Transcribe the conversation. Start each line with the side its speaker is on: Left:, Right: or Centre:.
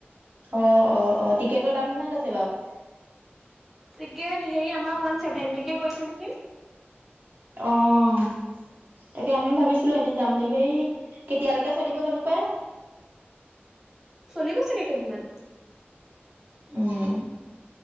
Right: অ' অ' অ' টিকেটৰ দাম কিমান লৈছে বাউ?
Centre: টিকেট হেৰি আমাৰ ৱান চেভেন্টি কে কৰিছে নেকি!
Right: অ' তাকে আমি ভাবিছিলো এদিন যাম বুলি সেই কেতিয়ালৈকে চলিব জানো পাই?
Centre: চলিব চাগে কেইদিনমান!
Right: উম্